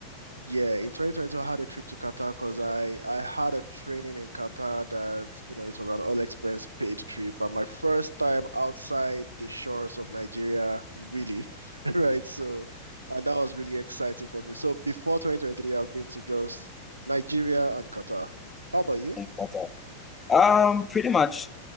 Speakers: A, on the right; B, on the left.
A: Yeah, in 2022, I had a trip to Qatar because I I had a training in Qatar that, you know, it was an all expense paid trip and my first time outside the shores of Nigeria, really, <laughs> right? So, and that was really exciting for me. So before 2023, I've been to just Nigeria and Qatar. How about you?
B: <laughs> Um, pretty much